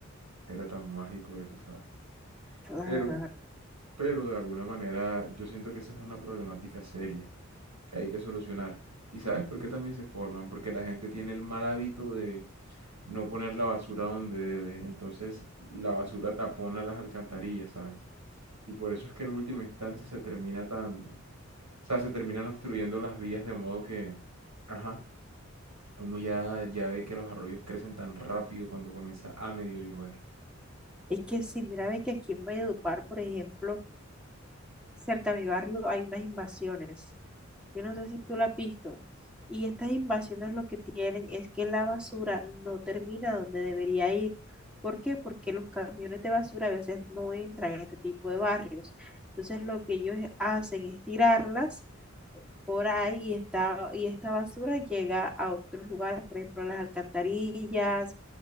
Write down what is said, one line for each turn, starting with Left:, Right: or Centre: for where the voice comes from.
Right: Era tan mágico eso, ¿sabes?
Centre: claro.
Right: Pero pero de alguna manera yo siento que esa es una problemática seria que hay que solucionar. ¿Y sabes por qué también se forman? Porque la gente tiene el mal hábito de no poner la basura donde debe. Entonces la basura tapona las alcantarillas, ¿sabes? Y por eso es que en última instancia se termina tan... O sea, se terminan obstruyendo las vías de modo que... Ajá, uno ya, ya ve que los arroyos crecen tan rápido cuando comienza a medio llover.
Centre: Es que sí mira, ve que aquí en Valledupar, por ejemplo, cerca a mi barrio hay unas invasiones. Yo no sé si tú la has visto. Y estas invasiones lo que tienen es que la basura no termina donde debería ir. ¿Por qué? Porque los camiones de basura a veces no entran en este tipo de barrios. Entonces lo que ellos hacen es tirarlas por ahí y esta, y esta basura llega a otros lugares, por ejemplo, a las alcantarillas